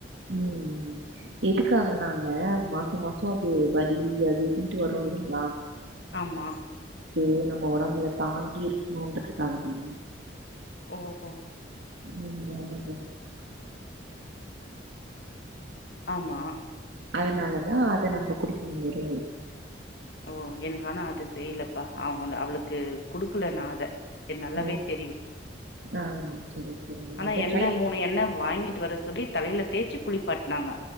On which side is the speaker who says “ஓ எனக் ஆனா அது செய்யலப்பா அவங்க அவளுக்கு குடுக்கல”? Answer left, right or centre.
Left